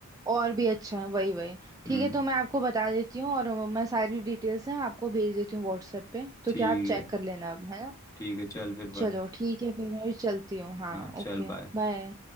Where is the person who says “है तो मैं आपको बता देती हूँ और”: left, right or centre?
Right